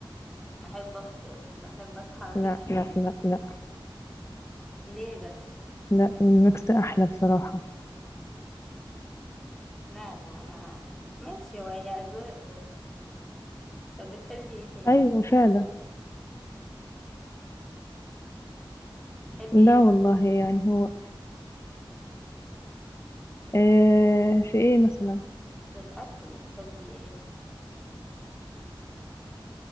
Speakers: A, in the centre; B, on the left.
A: بحب افطر بحب اصحى
B: لا
A: كده
B: لا لا لا
A: ليه بس
B: لا الميكس احلى بصراحة
A: لا لا انا ماشي وهي اذواق برضه طب بتحبي ايه تاني
B: ايوه فعلا
A: بتحبي
B: لا
A: ايه
B: والله
A: تاني
B: يعني هو آه في ايه مثلا
A: في الاكل بتحبي ايه